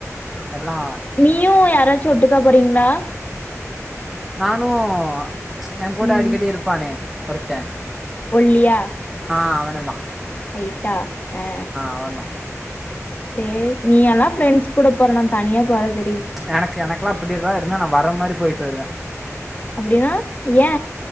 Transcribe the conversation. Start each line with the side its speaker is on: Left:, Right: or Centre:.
Centre: எல்லா
Left: நீயும் யாராச்சிம் ஒட்டுக்கா போறீங்ளா
Centre: நானும் என் கூட
Left: ம்
Centre: அடிக்கடி இருப்பானே ஒருத்தன்
Left: ஒல்லியா
Centre: ஆ அவனதா
Left: ஹைட்டா ஆ
Centre: அவன்தா
Left: சேரி நீயெல்லா ஃப்ரெண்ட்ஸ் கூட போற நா தனியா போறது
Centre: எனக்கு எனக்குல்லா அப்டிலா இருந்தா நா வர மாரி போய்ட்டு வருவ
Left: அப்டினா ஏ